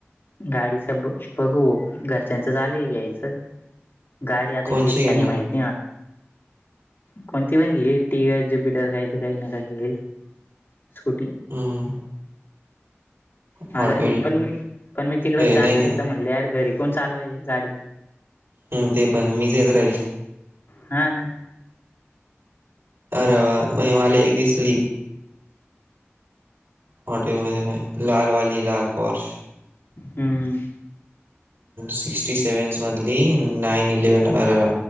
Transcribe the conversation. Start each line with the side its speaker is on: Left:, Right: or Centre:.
Left: गाडीच ब बघू घरच्यांच झालंय घ्यायचं गाडी आता
Right: कोणची
Left: येईल
Right: घेणार
Left: काय नाही माहित नाही मला. कोणती पण घेईल टी. वीस ज्युपिटर काही ते काही ना काही घेईल. स्कूटी
Right: हम्म.
Left: <unintelligible>
Right: हॉट व्हील
Left: पण मी पण मी तिकड
Right: ते नाही
Left: जाणार
Right: नाही
Left: हे त म्हणले यार घरी कोण चालवाय गाडी?
Right: हम्म ते पण हे मीच येत राहील.
Left: हा ना.
Right: आरे वा बाई मला एक दिसली हॉटेल मध्ये लाल वाली लाल पोरश
Left: हम्म.
Right: सिक्स्टी सेव्हन्स मधली नाईन इलेव्हन आरे वा.